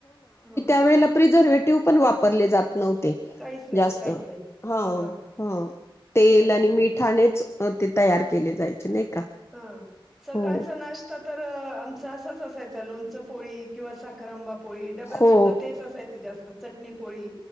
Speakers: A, in the centre; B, on the left.
A: ह
B: त्या वेळी प्रिझर्वेटिव्ह पण वापरले जात नव्हते
A: काहीच नाही
B: जास्त
A: काहीच नाही
B: ह
A: हा
B: ह तेल
A: काहीच
B: आणि
A: नाही
B: मिठानेच अं ते तयार केले जायचे नाही का?
A: हा. सकाळचा
B: हो
A: नाश्ता तर आमच असाच असायचं लोणचं पोळी किंवा साखरांबा पोळी, डब्यात
B: हो
A: सुद्धा तेच असायच जास्त पो तर चटणी पोळी.